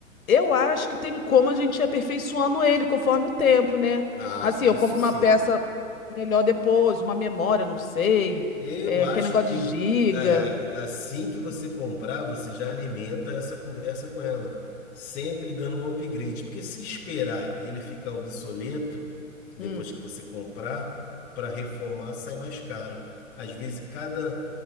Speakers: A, on the left; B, in the centre.
A: Eu acho que tem como a gente ir aperfeiçoando ele conforme o tempo, né?
B: Ah,
A: Assim,
B: isso
A: eu compro uma
B: sim.
A: peça melhor depois, uma memória, não sei.
B: Eu
A: É, aquele
B: acho
A: negócio
B: que
A: de giga.
B: é, assim que você comprar, você já alimenta essa conversa com ela, sempre dando um upgrade, porque se esperar ele ficar obsoleto depois
A: hum.
B: que você comprar, para reformar sai mais caro. Às vezes cada